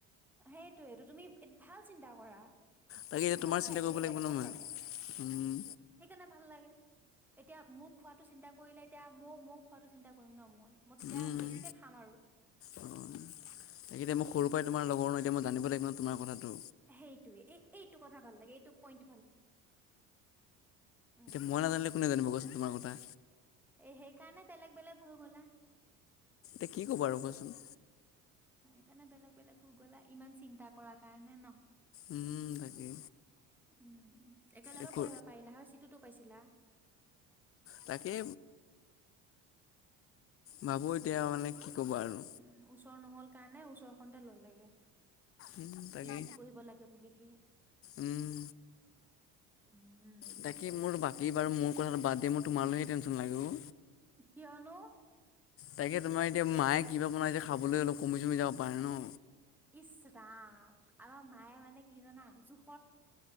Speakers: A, in the centre; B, on the left (about 35°).
A: সেইটোৱেটো তুমি ভাল চিন্তা কৰা।
B: তাকে এতিয়া তোমাৰ
A: ভাল
B: চিন্তা
A: লাগে
B: কৰিব
A: সেইকাৰণে
B: লাগিব ন
A: ভাল
B: মই
A: লাগে,
B: উম
A: সেইকাৰণে ভাল লাগে। এতিয়া মোক খোৱাটো চিন্তা কৰিলে এতিয়া মোক-মোক খোৱাটো চিন্তা কৰিম ন মুৰ। মই তেতিয়া
B: উম
A: বেছিকে খাম আৰু,
B: অঁ তাকে এতিয়া
A: সেইটোৱে।
B: মই সৰুৰ পৰাই তোমাৰ লগৰ ন এতিয়া মই জানিব লাগিব ন তোমাৰ কথাটো।
A: সেইটোয়ে, এই-এইটো কথা ভাল লাগে এইটো পইন্ট উম
B: মই নাজানিলে কোনে নাজানিব কোৱাচোন তোমাৰ কথা।
A: এ সেইকাৰণে বেলেগ-বেলেগ হৈ গ'লা।
B: এতিয়া কি ক'ব আৰু কোৱাচোন।
A: সেকাৰণে বেলেগ-বেলেগ হৈ গলা ইমান চিন্তা কৰাৰ কাৰণে ন?
B: উম, তাকে।
A: উম', একেলগে
B: একো
A: পঢ়িব পাৰিলা হয় চিটোতো পাইছিলা।
B: তাকে। ভাবোঁ এতিয়া মানে কি ক'বা আৰু
A: উম', ওচৰ নহল কাৰণে ওচৰ খনতে ললেগে।
B: উম, তাকে
A: পিজিত পঢ়িব লাগে বুলি সি।
B: উম
A: উম
B: তাকে মোৰ বাকী বাৰু মোৰ কথাটো বাদেই, মোৰ তোমালৈহে টেনচন লাগে অ।
A: কিয়নো?
B: তাকে তোমাৰ এতিয়া মায়ে কিবা বনাইছে খাবলৈ অলপ কমি চমি যাব পাৰে ন?
A: ইচ ৰাম আমাৰ মায়ে মানে কি জানা জোখ